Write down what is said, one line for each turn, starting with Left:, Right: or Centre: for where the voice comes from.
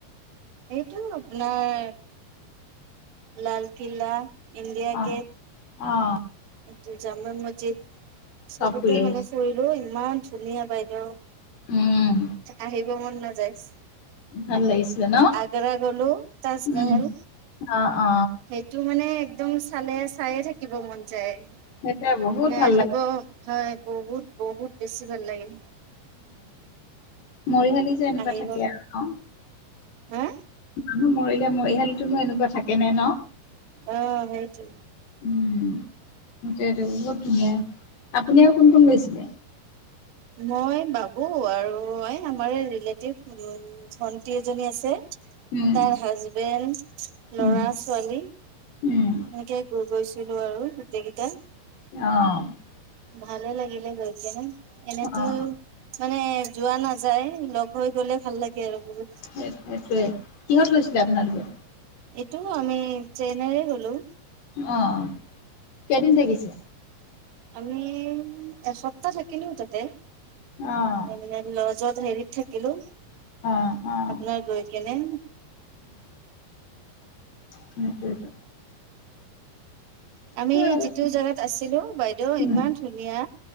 Right: এইটো আপোনাৰ লালকিল্লা ইণ্ডিয়া
Left: অ
Right: কে
Left: অ
Right: এয়া জামা মছজিদ চবতে
Left: চব ফুৰি আহিছে
Right: মানে ফুৰিলোঁ ইমান ধুনীয়া বাইদেউ
Left: উম
Right: আহিব মন নাযায়
Left: ভাল লাগিছিলে ন
Right: আগ্ৰা গলো তাজমহেল
Left: উম অ অ
Right: সেইটো মানে একদম চালে চায়ে থাকিব মন যাই
Left: সেইটোৱে বহুত
Right: মানে
Left: ভাল
Right: আহিব
Left: লাগে
Right: হয় বহুত বহুত বেছি ভাল লাগিল
Left: মৰিহালি যে এনেকুৱা
Right: আহিব
Left: থাকে অ
Right: হা
Left: মানুহ মৰিলে মৰিহাল তনো এনেকুৱা থাকে নে ন
Right: অ সেইটো
Left: উম, সেইটোৱেটো বহুত ধুনীয়া আপুনি আৰু কোন কোন গৈছিলে
Right: মই বাবু আৰু আমাৰ ৰিলেটিভ ভন্টি এজনী আছে
Left: উম,
Right: তাৰ হাজবেণ্ড লৰা
Left: উম,
Right: ছোৱালী
Left: উম।
Right: এনেকে গৈ গৈছিলো আৰু গোটেই কেইটা
Left: অ',
Right: ভালে লাগিলে গৈ কিনে এনেতো
Left: অ',
Right: মানে যোৱা নাযায় লগ হৈ গ'লে ভাল লাগে আৰু বহুত
Left: সেই সেইটোৱ কিহত গৈছিলে আপোনালোকে
Right: এইটো আমি চ্ৰেইনাই গ'লো
Left: অ অ কেইদিন থাকিছে
Right: আমি এসপ্তাহ থাকিলো তাতে
Left: অ',
Right: এই মি লজত হেৰিত থাকিলো
Left: অ', অ',
Right: আপোনাৰ গৈ কেনে
Left: সেইটয়টোয়
Right: আমি
Left: আৰু
Right: যিটো জোগাত আছিলো বাইদেউ
Left: উম,
Right: ইমান ধুনীয়া